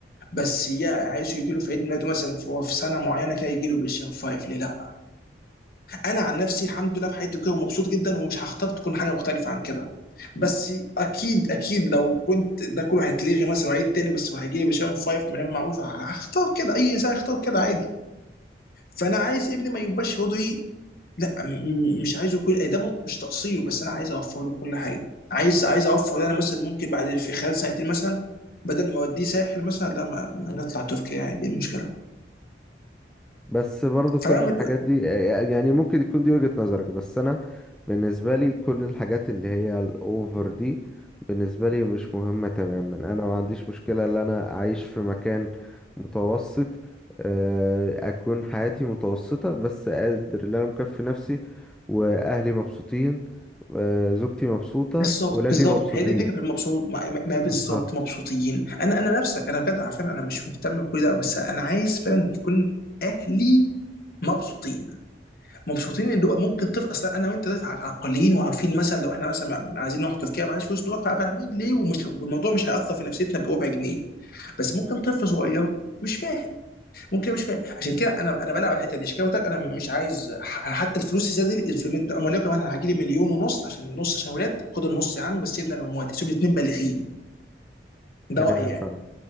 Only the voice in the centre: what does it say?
بس برضو
كل الحاجات دي آه، آه، يعني ممكن يكون دي وجهة نظرك بس انا بالنسبة لي كل الحاجات اللي هي الاوفر دي بالنسبة لي مش مهمة تماما انا ما عنديش مشكلة ان انا اعيش في مكان متوسط آه، اكون حياتي متوسطة بس قادر ان انا مكفي نفسي واهلي مبسوطين آه، زوجتي مبسوطة
ولادي
مبسوطين
بالظبط
ايوه
فاهم